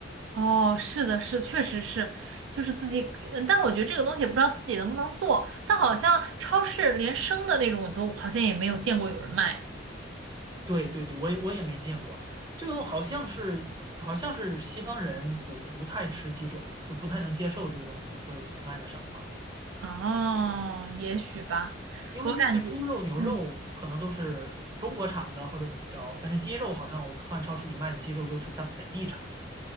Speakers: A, on the right; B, on the right.
A: 哦，是的，是，确实是，就是自己，呃但我觉得这个东西也不知道自己能不能做，但好像超市连生的那种都好像也没有见过有人卖。
B: 对对对，我也我也没见过，这个东好像是好像是西方人不不太吃鸡爪，就不太能接受这个东西，所以可能卖的少吧。
A: 哦，也许吧，
B: 因为那些猪肉、
A: 我感觉。
B: 牛肉可能都是中国产的或者怎么着，
A: 嗯。
B: 但是鸡肉好像我看超市里卖的鸡肉都是它本地产的